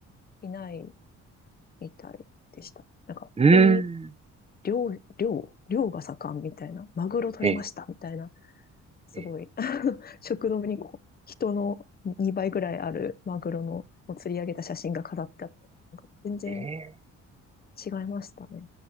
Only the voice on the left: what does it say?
いないみたいでした。なんか、
逆に、漁、漁、漁が盛んみたいな、マグロ取れましたみたいな、
すごい、
<laughs> 食堂にこう人の2倍ぐらいあるマグロのを釣り上げた写真が飾ってあったなんか全然
違いましたね。